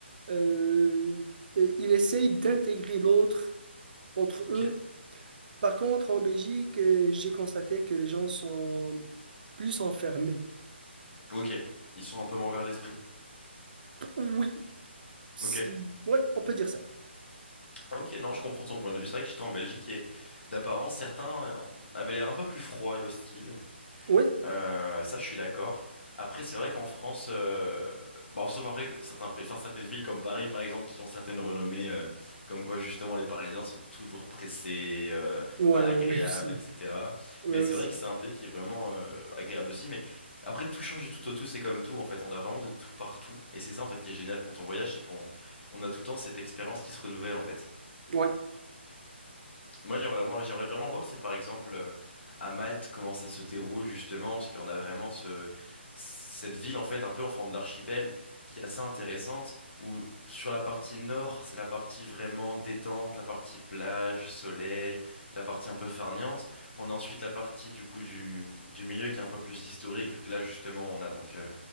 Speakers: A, on the right (about 45°); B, on the left (about 65°).
A: Euh, et il essaye d'intégrer l'autre entre
B: Ok,
A: eux. Par contre, en Belgique, euh, j'ai constaté que les gens sont plus enfermés.
B: ok, ils sont un peu moins ouverts d'esprit.
A: Oui, si.
B: Ok.
A: Ouais, on peut dire ça.
B: Ok, non, je comprends ton point de vue. C'est vrai que j'étais en Belgique et d'apparence, certains euh, avaient l'air un peu plus froids et hostiles.
A: Oui.
B: Euh, ça, je suis d'accord. Après, c'est vrai qu'en France, euh, bon, sauf après que certains pays, enfin, certaines villes comme Paris, par exemple, qui ont certaines renommées, euh, comme quoi justement les Parisiens sont toujours pressés, euh,
A: Ouais,
B: pas agréables,
A: ouais, ouais, aussi.
B: etc.
A: Ouais,
B: Mais
A: aussi.
B: c'est vrai que c'est un pays qui est vraiment euh, agréable aussi. Mais après, tout change du tout au tout, c'est comme tout en fait. On a vraiment de tout partout, et c'est ça en fait qui est génial quand on voyage, c'est qu'on on a tout le temps cette expérience qui se renouvelle en fait.
A: Ouais,
B: Moi, j'aimerais vraiment, j'aimerais vraiment voir si, par exemple, euh, à Malte, comment ça se déroule justement, parce qu'on a vraiment ce, cette ville, en fait, un peu en forme d'archipel, qui est assez intéressante, où sur la partie nord, c'est la partie vraiment détente, la partie plage, soleil, la partie un peu farniente. On a ensuite la partie, du coup, du, du milieu qui est un peu plus historique, vu que là, justement, on a donc, euh,